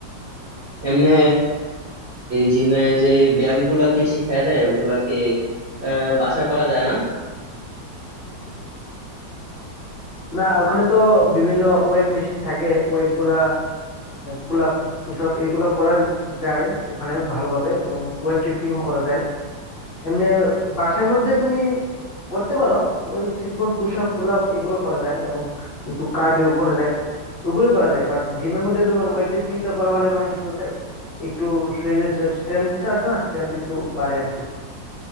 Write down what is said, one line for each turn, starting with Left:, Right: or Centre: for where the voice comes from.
Right: এমনি জিমে যে ব্যায়াম গুলা কি শিখায় দেয় ওগুলা কি আহ, বাসায় করা যায় না
Left: না ওখানে তো বিভিন্ন ওয়েট মেশিন থাকে ওয়েট গুলা পুল আপ পুশ আপ এগুলো করা যায় ওখানে ভালোভাবে এবং ওয়েট লিফটিংও করা যায় এমনি বাসার মধ্যে তুমি করতে পারো ওই simple push up pull up এগুলো করা যায় এবং একটু কার্ডিও করা যায় ওগুলো করা যায় বাট জিমের মধ্যে তোমার ওয়েট লিফটিংটা করা হলে মানে কি হয় একটু শরীরের স্ট্রেংথটা আছে না স্ট্রেংথ একটু বাড়ে আর কি